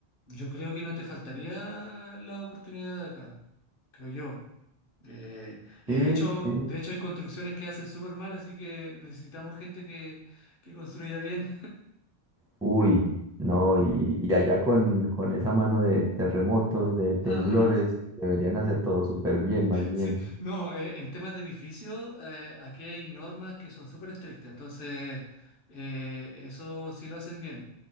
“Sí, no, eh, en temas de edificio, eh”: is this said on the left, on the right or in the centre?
Left